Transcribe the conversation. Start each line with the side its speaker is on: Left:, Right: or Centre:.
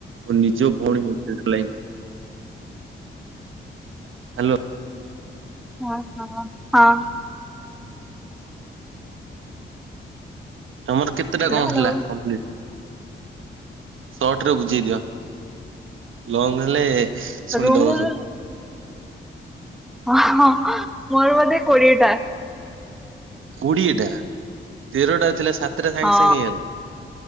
Right: ମୋ ନିଜ ଭଉଣୀ। <unintelligible> ହ୍ୟାଲୋ
Centre: ହ ହ ହଁ।
Right: ତମର କେତେଟା କଣ
Centre: ହାଲୋ
Right: ହେଲା କଂପ୍ଲିଟ୍? ସର୍ଟ ରେ ବୁଝେଇ ଦିଅ, ଲଙ୍ଗ ହେଲେ ଶୁଣିଦବ
Centre: ରୁ ମୋର
Right: ସବୁ
Centre: ହଁ ମୋର ବୋଧେ କୋଡ଼ିଏ ଟା।
Right: କୋଡିଏଟା ତେରଟା ଥିଲା ସାତଟା ସାଙ୍ଗେ
Centre: ହଁ
Right: ସାଙ୍ଗେ ହେଇଗଲା।